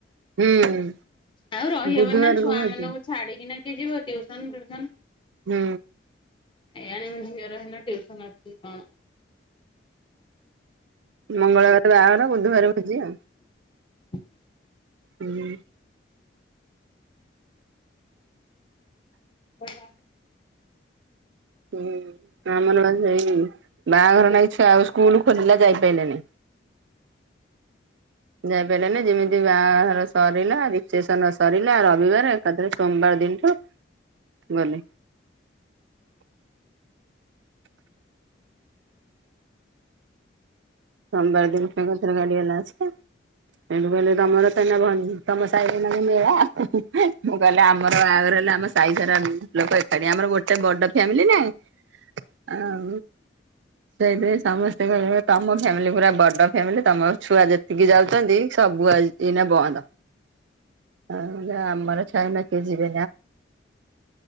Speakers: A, on the right (about 75°); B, on the left (about 25°).
A: ହୁଁ
B: ଆଉ ରହିହବ
A: ବୁଧବାରକୁ
B: ନା ଛୁଆ
A: ଭୋଜି
B: ମାନଙ୍କୁ ଛାଡିକିନା। କିଏ ଯିବ ଟିଉ୍ୟସନ ଫିଉ୍ୟସନ।
A: ହୁଁ
B: କେଜାଣି ମୋ ମଝିଆର ହେଦିନ ଟିଉ୍ୟସନ ଅଛି କି କଣ।
A: ମଙ୍ଗଳବାର ବାହାଘର ବୁଧବାର ଭୋଜି ଆଉ
B: <inaudible>
A: ହୁଁ।
B: ଆଁ ହାଁ।
A: ହୁଁ ଆମର ସେଇ ବାହାଘର ନାଇ ଛୁଆ ଆଉ ସ୍କୁଲ ଖୋଲିଲା ଯାଇ। ପାଇଲେନି। ଯାଇପାରିଲ ନା ଯେମିତି ବାହାର ସରିଲା ରିକେସନ ସରିଲା ରବିବାର ଏକାଥରେ ସୋମବାର। ଦିନଠୁ ଗଲେ।
B: ହୁଁ ହୁଁ
A: ସୋମବାର ଦିନ କ କଥରେ ଗାଡି ବଲା ଅଛ। ସେୁ କହିଲେ ତମର ସେ ତମ ସାହି ମାନେ ମେଳା ମୁଁ କହିଲେ ଆମର ଵା ଆମ ସାଇ ସାରା ଲୋକ ଏକାଠି ଆମର ଗୋଟେ ବଡ ଫ୍ୟାମିଲି ନାଇଁ। ଆଉ ସେଇଥିାଇଁ ସମସ୍ତେ କହ ତମ। ଫ୍ୟାମିଲି ପୁରା ବଡ ଫ୍ୟାମିଲି ତମର ଛୁଆ ଯେତିକି ଯାଉଛନ୍ତି ସବୁନା ବନ୍ଦ। ଆ ଆମର ସାଇନ କେଜି <inaudible>